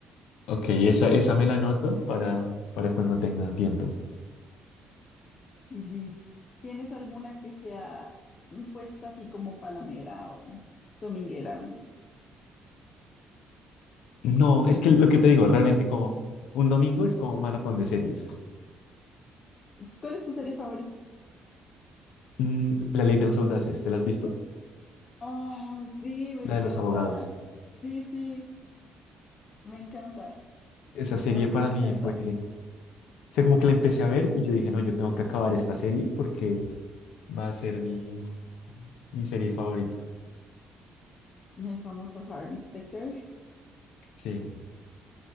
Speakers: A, on the left; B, on the left.
A: Ok, esa, esa me la anoto para, para cuando tenga tiempo.
B: Y si tienes alguna que sea, mm, pues así como palomera o dominguera, un-
A: No, es que lo que te digo, realmente como un domingo es como maratón de series.
B: ¿cuál es tu serie favorita?
A: Mm, La Ley de los Audaces, ¿te la has visto?
B: Oh, sí, me
A: La
B: encanta.
A: de los abogados.
B: Sí, sí, me encanta.
A: Esa serie
B: A mí
A: para
B: me
A: mí
B: encanta.
A: fue, o sea, como que la empecé a ver y yo dije, no, yo tengo que acabar esta serie porque va a ser mi, mi serie favorita.
B: El famoso Harvey Specter.
A: Sí.